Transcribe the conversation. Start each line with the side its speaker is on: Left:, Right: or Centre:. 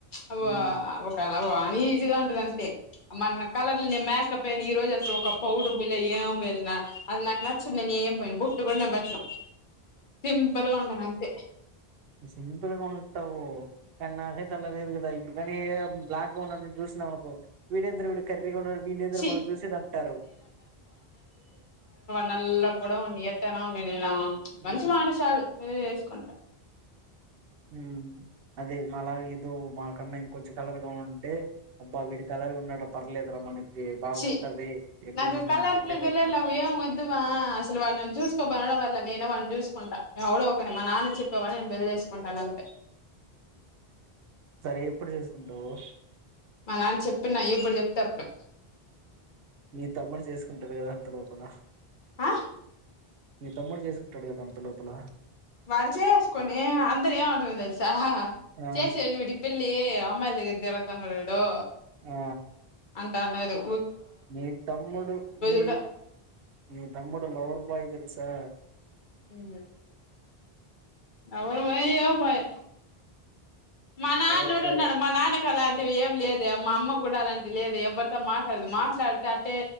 Left: అవో
Right: ఉమ్
Left: ఒకాల అనీజీగా ఉంటది అంతే తె అమన్న కలర్లు నేను మేకప్ ఏయను ఈ రోజు అసలు ఒక పౌడర్ పూయల ఏం పూయలా అది నాకు నచ్చదు నేను ఏం పోయిను పో బతు సిింబల్ండన అంత
Right: సింపుల్ గా ఉంటావు కానీ నాకైతే అల లేదు కదా ఇప్పుడు పనీ బ్లాక్ గా ఉన్నని చూసినావనుకో వేడెంది రా వీడు కర్రీగా ఉన్నాడు వీడ్నేంది
Left: చి
Right: రా మనం చూసేదంటారు.
Left: నల్లగ్ కూడా ఉన్నీ ఎటైనా ఉన్నీ నేనా
Right: ఉమ్
Left: మంచి మాట చాలు పెళ్ళి చేస్ కంట
Right: ఉమ్మ్ అదే మాలాగ ఏదో మాకన్న ఇంకొంచెం కలర్గా ఉంటే అబ్బా వీడి కలర్గా ఉన్నాడ పర్లేదు ర మనకి బాగుంటది
Left: చి
Right: ఎక్కడన్నా
Left: నాకు కలర్లు
Right: వెళ్ళేటప్పుడు
Left: నా గిలర్లు అవేం వద్దు బా అసలు వాడి నన్ను చూసుకోబల్ల నేనే వాడిని చూసుకుంటా ఎవడో ఒకడ్ని మా నాన్న చెప్పేవాడ్నీ నేను పెళ్లి చేసుకుంటాన్ అంతే
Right: సరే ఎప్పుడు చేసుకుంటావు
Left: మా నాన్న చెప్తున్న ఎప్పుడు చెప్తే అప్పుడు
Right: మీ తమ్ముడు చేసుకుంటడు కదా అంత లోపల
Left: ఆ
Right: మీ తమ్ముడు చేసుకుంటాడు కదా అంత లోపల
Left: వాడుకోని అందర్ ఏమంటారో తెలుసా
Right: ఆ
Left: చేసేయండి వీడికి పెళ్ళి అమ్మాయిల్ దగ్గెర తిరుగుతుంటాడు ఈడు
Right: ఆ
Left: టన్నరు
Right: మీ తమ్ముడు మీ
Left: కూడా
Right: మీ తమ్ముడు లవర్ బాయ్ తెలుసా
Left: హ్మ్ అవరు బాయో బాయ్ మ నాడు
Right: లవర్ బాయ్
Left: నడు మ నా అన్న క అ ఏం లేదె మా అమ్మ కూడా అలాంటి లేదె ఎవ్వరితో మాట్లాడదు మాట్లాడితే అట్టే